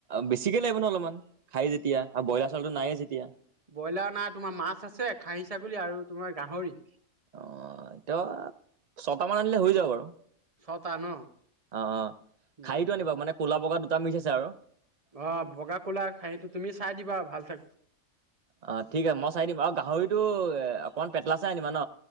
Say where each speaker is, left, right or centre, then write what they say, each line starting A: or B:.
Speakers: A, on the right; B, on the right.
A: বেছিকে লাগিব ন অলপমান। খাই যেতিয়া আৰু ব্ৰইলাৰ চাউলটো নাইয়ে যেতিয়া
B: ব্ৰইলাৰ নাই। তোমাৰ মাছ আছে খাইি ছাগলী আৰু তোমাৰ গাহৰি।
A: অ' এতিয়া ছয়টা মান আনিলে হৈ যাব বাৰু
B: ছটা ন?
A: অ' অ'
B: উম,
A: খাহিতো আনিবা। মানে ক'লা বগা দুটা মিচ আছে আৰু
B: অ' বগা কোলা খাহীটো তুমি চাই দিবা ভাল চে
A: অ' ঠিক আছে মই চাই দিম আৰু গাহৰিটো অকণমান পেটলা ছাই আনিবা। ন